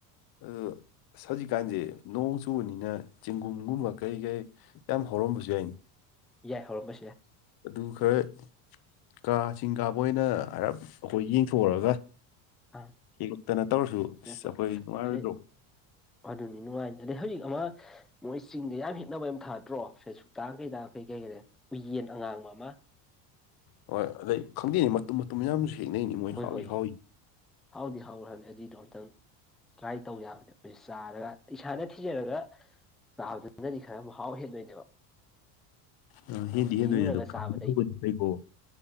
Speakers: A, on the left (about 50°); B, in the centre.
A: ꯑꯗꯣ ꯍꯧꯖꯤꯛꯀꯥꯟꯁꯦ ꯅꯣꯡ ꯆꯨꯕꯅꯤꯅ ꯆꯦꯡꯒꯨꯝꯒꯨꯝꯕ ꯀꯩ ꯀꯩ ꯌꯥꯝ ꯍꯧꯔꯝꯕꯖꯨ ꯌꯥꯏꯅꯦ꯫
B: ꯌꯥꯏ ꯍꯧꯔꯝꯕꯁꯨ ꯌꯥꯏ꯫
A: ꯑꯗꯨ ꯈꯔ ꯀꯥ ꯆꯤꯡ ꯀꯥꯕꯣꯏ ꯑꯣꯏꯅ ꯍꯥꯏꯔꯞ ꯑꯩꯈꯣꯏ ꯌꯦꯡꯊꯣꯛꯎꯔꯒ
B: ꯑꯥ
A: ꯍꯦꯛꯇꯅ ꯇꯧꯔꯁꯨ ꯑꯁ
B: ꯂꯦꯞꯄ
A: ꯑꯩꯈꯣꯏ ꯅꯨꯡꯉꯥꯏꯔꯣꯏꯗ꯭ꯔꯣ
B: ꯑꯗꯩ ꯑꯗꯨꯅꯤ ꯅꯨꯡꯉꯥꯏ ꯑꯗꯩ ꯍꯧꯖꯤꯛ ꯑꯃ ꯃꯣꯏ ꯆꯤꯡꯗ ꯌꯥꯝ ꯍꯤꯡꯛꯅꯕ ꯌꯥꯝ ꯊꯥꯗ꯭ꯔꯣ ꯐꯦꯁꯕꯨꯛꯇ ꯀꯩꯗ ꯀꯩ ꯀꯩ ꯀ ꯎꯌꯦꯟ ꯑꯉꯥꯡꯕ ꯑꯃ
A: ꯍꯣꯏ ꯑꯗꯩ ꯈꯪꯗꯦꯅꯦ ꯃꯇꯨꯝ ꯃꯇꯨꯝ ꯃꯌꯥꯝꯁꯨ ꯊꯦꯡꯅꯩꯅꯦ ꯃꯣꯏ
B: ꯍꯣꯏ
A: ꯍꯥꯎꯏ
B: ꯍꯣꯏꯌꯦ
A: ꯍꯥꯎꯏ
B: ꯍꯥꯎꯗꯤ ꯍꯥꯎꯔ ꯍꯥꯏꯕꯅꯤ ꯑꯖꯤꯗꯣ ꯑꯝꯛꯇꯪ ꯀ꯭ꯔꯥꯏ ꯇꯧ ꯌꯥꯕꯅꯦ ꯑꯩꯈꯣꯏꯁ ꯆꯥꯔꯒ ꯏꯁꯥꯅ ꯊꯤꯖꯔꯒ ꯆꯥꯕꯗꯨꯅꯗꯤ ꯈꯔ ꯃꯍꯥꯎ ꯍꯦꯟꯗꯣꯏꯅꯦꯕ
A: ꯎꯝ ꯍꯦꯟꯗꯤ
B: ꯂꯩꯔꯨꯔꯒ
A: ꯍꯦꯟꯗꯣꯏꯅꯦ ꯗꯣ
B: ꯆꯥꯕꯗꯩꯗꯤ
A: ꯐꯩꯀꯣ